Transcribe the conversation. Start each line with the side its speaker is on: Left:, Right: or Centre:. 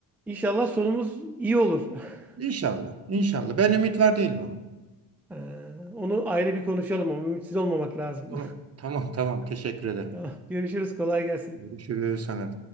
Centre: inşallah sonumuz iyi olur. <laughs>
Right: inşallah. inşallah. Ben ümit var değilim ama.
Centre: Ee, onu ayrı bir konuşalım ama ümitsiz olmamak lazım.
Right: Tamam tamam tamam. Teşekkür
Centre: <laughs>
Right: ederim.
Centre: Tamam, görüşürüz kolay gelsin.
Right: Görüşürüz sana.